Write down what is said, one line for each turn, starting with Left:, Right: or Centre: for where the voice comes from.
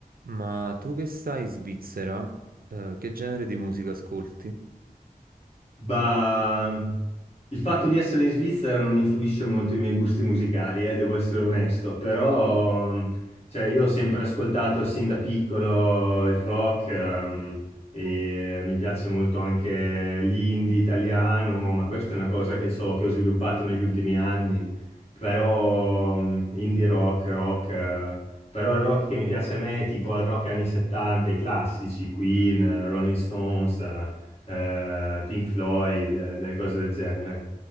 Right: Ma tu che stai in Svizzera, eh, che genere di musica ascolti?
Left: Ma il fatto di essere in Svizzera non influisce molto i miei gusti musicali, eh, devo essere onesto, però cioè, io ho sempre ascoltato sin da piccolo il rock, ehm, e mi piace molto anche l'indie italiano, ma questa è una cosa che, so- che ho sviluppato negli ultimi anni, però mm, indie rock, rock, eh, però il rock che mi piace a me è tipo il rock anni 70, i classici, Queen, eh, Rolling Stones. eh, eh, Pink Floyd, eh, delle cose del genere.